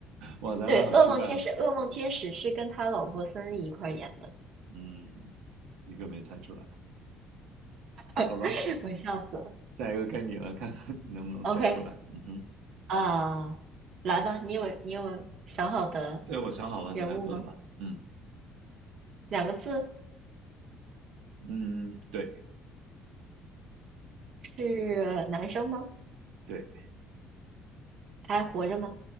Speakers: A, on the right (about 85°); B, on the right (about 50°).
A: 哇，咱俩好失败。
B: 对，《噩梦天使》《噩梦天使》是跟他老婆孙俪一块儿演的，
A: 嗯，一个没猜出来，
B: <laughs>
A: 好吧，
B: 我笑死了。
A: 下一个该你了，看 <laughs> 看你能不能想出来。
B: OK，
A: 嗯哼，
B: 啊、来吧，你有你有想好的
A: 对，我想好了，
B: 人物吗？
A: 你来问吧。嗯。
B: 两个字
A: 嗯，对，
B: 是男生吗？
A: 对，
B: 还活着吗？